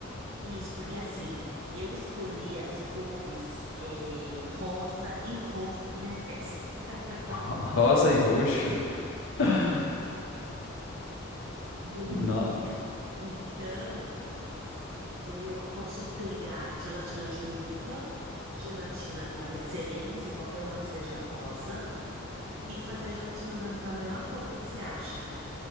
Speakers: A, on the right (about 90°); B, on the left (about 70°).
A: isso, porque assim, eu escolhi as cores é, rosa e roxo para minha festa.
B: <laughs> Ro-
A: Bem
B: Rosa e roxo.
A: pequenininha.
B: <gasps> <laughs>
A: bem
B: No-
A: menininha. Então, é, e aí eu posso pegar gelatina de uva, gelatina talvez cereja, não sei, qualquer uma que seja rosa, e fazer a gelatina na, na mesma cor. O que que você acha?